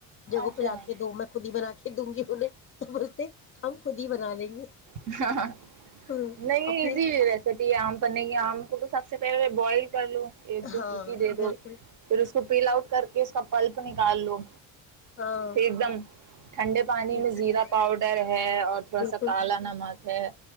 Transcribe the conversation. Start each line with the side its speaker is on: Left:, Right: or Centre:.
Left: جگہ
Right: اچھا
Left: پہ ل کے دو میں خود ہی بنا کے دوں گی انہیں تو بولتے ہم خود ہی بنا لیں گے
Right: نہیں
Left: ہاں اور
Right: ایزی
Left: پھر
Right: ریسیپی آم پنے کی آم کو سب سے پلے میں بوائل کر لوں ایک دو
Left: ہاں
Right: سیٹ دے
Left: بالکل
Right: دو پھر
Left: بالکل
Right: اس کو پل آؤٹ کر کہ اس کا پلپ نکال لو
Left: ہاں
Right: پھر ایک دم ٹھنڈے پانی
Left: بالکل
Right: میں زیرا پاؤڈر ہے اور تھوڑا
Left: بالکل
Right: سا کالا نمک ہے